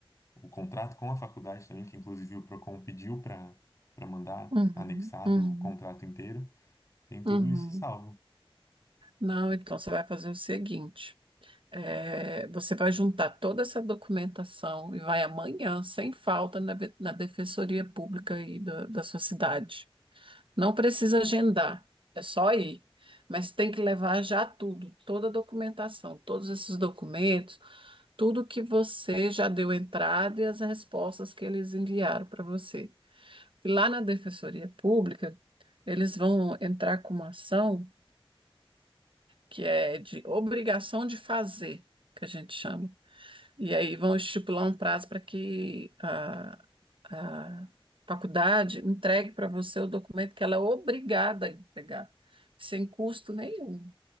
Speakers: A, on the left; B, on the right.
A: o contrato com a faculdade também, que inclusive o Procon pediu para para mandar
B: Uhum,
A: anexado
B: uhum,
A: o contrato inteiro. Tem tudo
B: uhum.
A: isso salvo.
B: Não, então você vai fazer o seguinte: é, você vai juntar toda essa documentação e vai amanhã, sem falta, na, ve- na Defensoria Pública aí da, da sua cidade. Não precisa agendar, é só ir. Mas tem que levar já tudo, toda a documentação, todos esses documentos, tudo que você já deu entrada e as respostas que eles enviaram para você. E lá na Defensoria Pública, eles vão entrar com uma ação. que é de obrigação de fazer, que a gente chama. E aí vão estipular um prazo para que a, a faculdade entregue para você o documento que ela é obrigada a entregar, sem custo nenhum.